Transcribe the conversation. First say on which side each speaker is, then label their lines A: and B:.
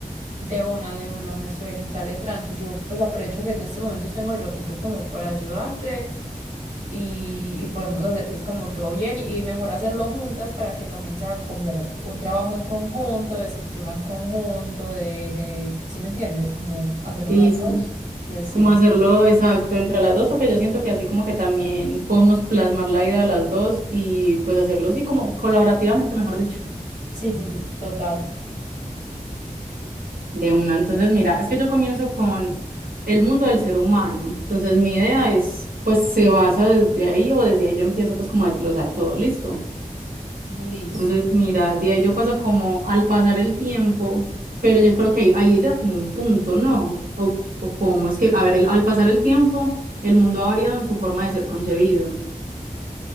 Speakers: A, on the right; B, on the right.
A: De una, de una, me suena y dale tranqui. Yo pues aprovecho que en estos momentos tengo el ratico como para ayudarte y, y podemos hacer pues como todo bien y mejor hacerlo juntas para que también sea como un trabajo en conjunto, de escritura en conjunto, de, de, ¿sí me entiendes? Como hacerlo
B: Sí,
A: las dos
B: sí,
A: y así.
B: como hacerlo exacto entre las dos, porque yo siento que así como que también podemos plasmar la idea de las dos y pues hacerlo así como colaborativamente, mejor dicho.
A: Sí, sí, sí, total.
B: De una. Entonces, mira, es que yo comienzo con el mundo del ser humano. Entonces, mi idea es, pues, se basa desde ahí o desde ahí yo empiezo, pues, como a desglosar todo, listo.
A: Listo.
B: Entonces, mira, de ahí yo paso como al pasar el tiempo, pero yo creo que ahí, ahí era como un punto, ¿no? O, o cómo es que, a ver, el- al pasar el tiempo, el mundo ha variado en su forma de ser concebido.